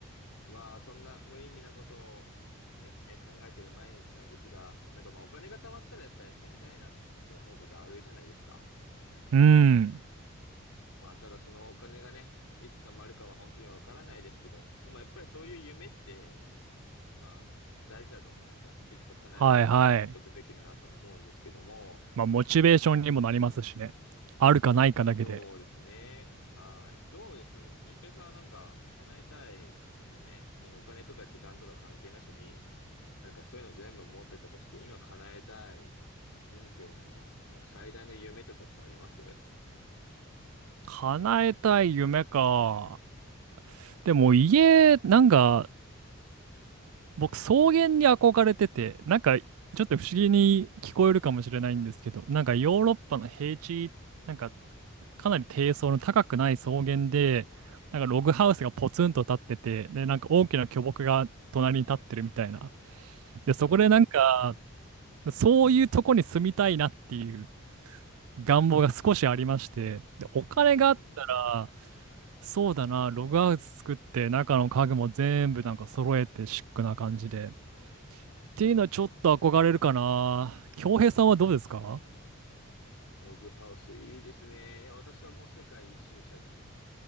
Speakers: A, on the left (about 80°); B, on the right (about 70°).
A: まあ、そんな無意味なことをね、え考えてる毎日なんですが、なんかまあお金が貯まったらやっぱやってみたいなって思うことあるじゃないですか。
B: うん。
A: まあ、ただそのお金がね、いつ貯まるかは本当にわからないですけど、でもやっぱりそういう夢って、まあ、大事だと思うんですよ。いつか叶えるために持っとくべきだなとは思うんですけども、
B: はいはい。まあ、モチベーションにもなりますしね。あるかないかだけで。
A: そうですね。はい。どうです順平さんはなんか叶えたい夢、もうお金とか時間とか関係なしに、なんかそういうの全部持ってたとして、今叶えたい人生のなんか最大の夢とかってあります
B: 叶えたい夢か。でも家、なんか、僕、草原に憧れてて、なんか、ちょっと不思議に聞こえるかもしれないんですけど、なんかヨーロッパの平地、なんか、かなり低層の高くない草原で、なんかログハウスがポツンと立ってて、で、なんか大きな巨木が隣に立ってるみたいな。で、
A: うん。
B: そこでなんか、そういうとこに住みたいなっていう願望が少しありまして、で、お金があったら、
A: うん。
B: そうだな、ログハウス作って、中の家具も全部なんか揃えてシックな感じで。っていうのはちょっと憧れるかな。恭平さんはどうですか
A: ログハウス、いいですね。いや、私はもう世界一周したいですね。